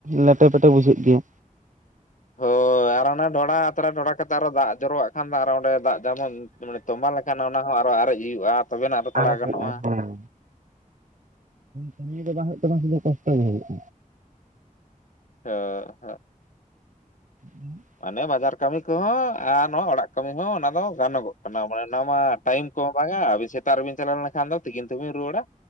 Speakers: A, on the right; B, on the left.
A: ᱞᱮᱴᱮ ᱯᱮᱴᱮ ᱵᱩᱡᱷᱟᱹᱜ ᱜᱮᱭᱟ
B: ᱦᱳᱭ ᱟᱨ ᱚᱱᱟ ᱰᱷᱚᱰᱟ ᱟᱛᱨᱟ ᱰᱷᱚᱰᱟ ᱠᱟᱛᱮ ᱟᱨᱚ ᱫᱟᱜ ᱡᱚᱨᱚᱣᱟᱜ ᱠᱷᱟᱱ ᱫᱚ ᱚᱸᱰᱮ ᱫᱟᱜ ᱡᱮᱢᱚᱱ ᱢᱟᱱᱮ ᱛᱚᱢᱵᱟ ᱞᱮᱠᱷᱟᱱ ᱚᱱᱟ ᱦᱚᱸ ᱟᱨᱚ ᱟᱨᱮᱡ ᱦᱩᱭᱩᱜᱼᱟ ᱛᱚᱵᱮᱱᱟᱜ ᱟᱨᱚ ᱛᱟᱲᱟᱣ
A: ᱟᱨ
B: ᱜᱟᱱᱚᱜᱼᱟ
A: ᱦᱮᱸ ᱠᱟᱹᱢᱤ ᱫᱚ ᱵᱟᱝ ᱦᱩᱭᱩᱜ ᱛᱟᱢᱟ ᱥᱩᱫᱷᱩ ᱠᱚᱥᱴᱚ ᱜᱮ ᱦᱩᱭᱩᱜᱼᱟ
B: <unintelligible>
A: ᱦᱮᱸ
B: ᱢᱟᱱᱮ ᱵᱟᱡᱟᱨ ᱠᱟᱹᱢᱤ ᱠᱚᱦᱚᱸ ᱟᱨ ᱱᱚᱣᱟ ᱚᱲᱟᱜ ᱠᱟᱹᱢᱤ ᱦᱚᱸ ᱚᱱᱟ ᱜᱟᱱᱚᱜᱚᱜ ᱠᱟᱱᱟ ᱢᱟᱱᱮ ᱚᱱᱟ ᱢᱟ ᱴᱟᱭᱤᱢ ᱠᱚ ᱵᱟᱝᱟ ᱟᱹᱵᱤᱱ ᱥᱮᱛᱟᱜ ᱨᱮᱵᱤᱱ ᱪᱟᱞᱟᱣ ᱞᱮᱱᱠᱷᱟᱱ ᱫᱚ ᱛᱤᱠᱤᱱ ᱛᱮᱵᱤᱱ ᱨᱩᱣᱟᱹᱲᱟ